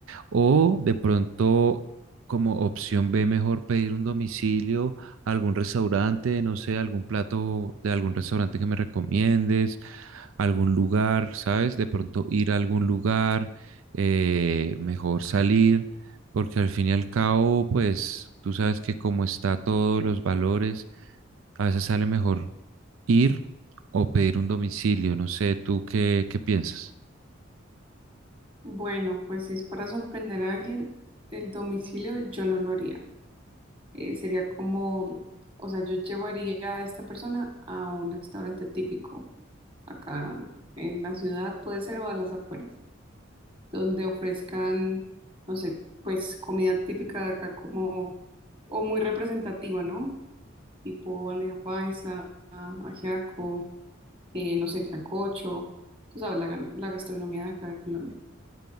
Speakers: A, on the right; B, on the right.
A: O de pronto, como opción B, mejor pedir un domicilio a algún restaurante, no sé, algún plato de algún restaurante que me recomiendes, algún lugar, ¿sabes? De pronto ir a algún lugar, eh, mejor salir. Porque al fin y al cabo, pues tú sabes que como está todos los valores, a veces sale mejor ir o pedir un domicilio. No sé, ¿tú qué, qué piensas?
B: Bueno, pues si es para sorprender a alguien, el domicilio yo no lo haría. Eh, sería como, o sea, yo llevaría a esta persona a un restaurante típico acá en la ciudad, puede ser, o a las afueras, donde ofrezcan, no sé, pues comida típica de acá como, o muy representativa, ¿no? Tipo bandeja paisa, ajiaco, eh, no sé, sancocho. Tú sabes, la, gan- la gastronomía de acá de Colombia.